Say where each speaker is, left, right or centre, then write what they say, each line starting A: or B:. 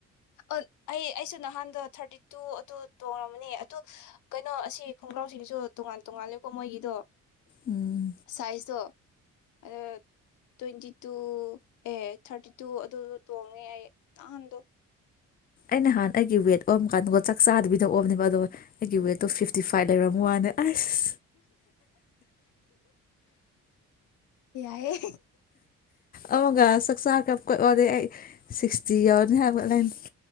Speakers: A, on the left; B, on the left.
A: ꯑꯣ ꯑꯩ ꯑꯩꯁꯨ ꯅꯍꯥꯟꯗꯣ ꯊꯥꯔꯇꯤ ꯇꯨ ꯑꯗꯨ ꯇꯣꯡꯉꯕꯅꯦ ꯑꯗꯨ ꯀꯩꯅꯣ ꯑꯁꯤ ꯈꯣꯡꯒ꯭ꯔꯥꯎꯁꯤꯡꯁꯨ ꯇꯣꯉꯥꯟ ꯇꯣꯉꯥꯟꯂꯦꯀꯣ ꯃꯣꯏꯒꯤꯗꯣ
B: ꯎꯝ
A: ꯁꯥꯏꯖ ꯗꯣ ꯑꯗꯣ ꯇ꯭ꯋꯦꯟꯇꯤ ꯇꯨ ꯑꯦ ꯊꯥꯔꯇꯤ ꯇꯨ ꯑꯗꯨꯗꯣ ꯇꯣꯡꯉꯦ ꯑꯩ ꯅꯍꯥꯟꯗꯣ
B: ꯑꯩꯅ ꯍꯥꯟ ꯑꯩꯒꯤ ꯋꯦꯠ ꯑꯣꯝꯃ ꯀꯥꯟꯗꯀꯣ ꯆꯥꯛ ꯆꯥꯗꯕꯤꯅ ꯑꯣꯝꯅꯦꯕ ꯑꯗꯣ ꯑꯩꯒꯤ ꯋꯦꯠꯇꯣ ꯐꯤꯐꯇꯤ ꯐꯥꯏꯚ ꯂꯩꯔꯝ ꯋꯥꯅꯦ ꯑꯁ
A: ꯌꯥꯏ
B: ꯑꯃꯒ ꯆꯥꯛꯆꯥꯒ ꯀꯣꯏ ꯑꯣꯏꯗꯩ ꯑꯩ ꯁꯤꯛꯁꯇꯤ ꯌꯎꯔꯅꯤ ꯍꯥꯏꯕ ꯂꯥꯏꯟ